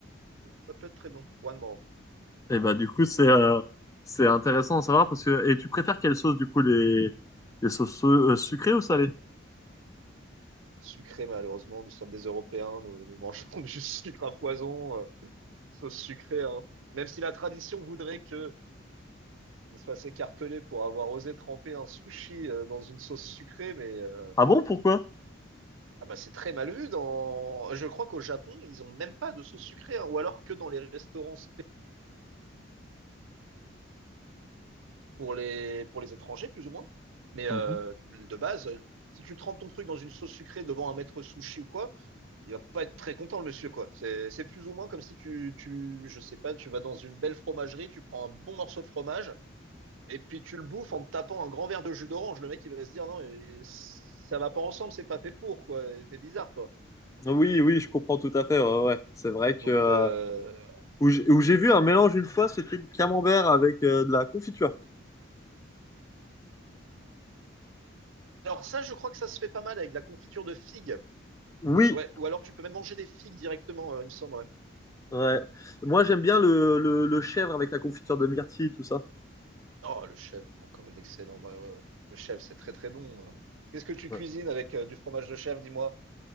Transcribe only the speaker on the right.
ça peut être très bon. One more.
sucré, malheureusement. Nous sommes des Européens, nous, nous mangeons <laughs> du sucre à foison, euh, sauce sucrée. hein. Même si la tradition voudrait que on se fasse écarteler pour avoir osé tremper un sushi euh, dans une sauce sucrée, mais euh,
ah bah c'est très mal vu. Dans, je crois qu'au Japon, ils ont même pas de sauce sucrée, hein, ou alors que dans les restaurants spéciaux pour les pour les étrangers, plus ou moins. Mais
euh, de base, si tu trempes ton truc dans une sauce sucrée devant un maître sushi ou quoi, il va pas être très content, le monsieur, quoi. C'est, c'est plus ou moins comme si tu, tu, je sais pas, tu vas dans une belle fromagerie, tu prends un bon morceau de fromage, et puis tu le bouffes en te tapant un grand verre de jus d'orange. Le mec, il va se dire, non, il- ça va pas ensemble, c'est pas fait pour, quoi. T'es bizarre, toi.
Donc,
euh,
alors ça, je crois que ça se fait pas mal avec de la confiture de figues.
Ouais, ou alors tu peux même manger des figues directement, euh, il me semble, ouais.
Oh, le chèvre, encore une excellente. Ouais, ouais, ouais. Le chèvre, c'est très, très bon. euh. Qu'est-ce que tu
cuisines avec euh, du fromage de chèvre, dis-moi,